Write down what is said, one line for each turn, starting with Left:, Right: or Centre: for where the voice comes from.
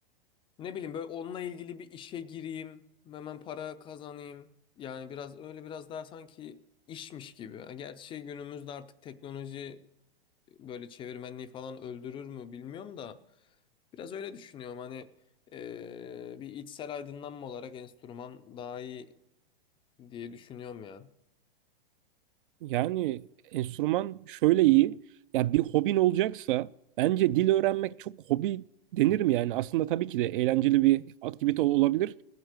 Left: ne bileyim böyle onunla ilgili bir işe gireyim. Hemen para kazanayım. Yani biraz öyle biraz daha sanki işmiş gibi. Ha, Gerçi şey, günümüzde artık teknoloji böyle çevirmenliği falan öldürür mü bilmiyorum da biraz öyle düşünüyorum hani eee, bir içsel aydınlanma olarak enstrüman daha iyi diye düşünüyorum ya.
Right: Yani enstrüman şöyle iyi. Ya bir hobin olacaksa bence dil öğrenmek çok hobi denir mi yani? Aslında tabii ki de eğlenceli bir aktivite ol- olabilir.